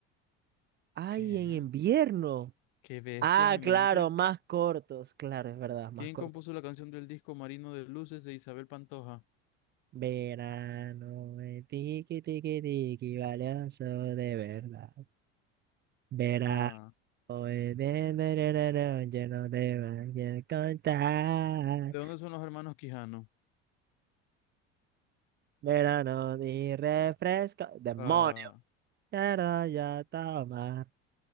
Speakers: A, on the right; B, on the left.
A: Ay,
B: ¿Qué?
A: en invierno.
B: Qué bestia
A: Ah,
B: mi mente.
A: claro, más cortos. Claro, es verdad, más
B: ¿Quién
A: cortos.
B: compuso la canción del disco Marino de Luces de Isabel Pantoja?
A: Verano, eh, tiki tiki tiki, valioso de verdad. Verano,
B: Ah,
A: eh, de, de, de, de, de, yo no te voy a contar.
B: ¿de dónde son los hermanos Quijano?
A: Verano, ni refresco. ¡Demonio!
B: Ah,
A: Quiero yo tomar.